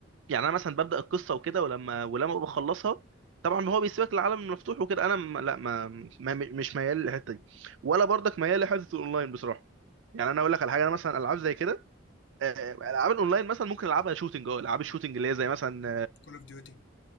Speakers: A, on the right (about 80°); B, on the left (about 65°).
A: يعني انا مثلا ببدا القصه وكده ولما ولما بخلصها طبعا هو بيسيبك العالم المفتوح وكده انا م- لا ما, ما مش ميال للحته دي ولا برضك ميال لحته الاونلاين بصراحه يعني انا اقول لك على حاجه انا مثلا العاب زي كده آه، العاب الاونلاين مثلا ممكن العبها شوتنج اه العاب الشوتنج اللي هي زي مثلا
B: كول اوف ديوتي